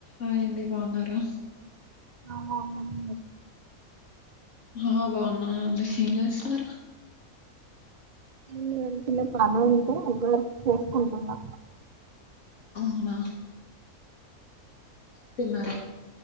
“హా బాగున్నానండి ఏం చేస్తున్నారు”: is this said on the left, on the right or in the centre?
Left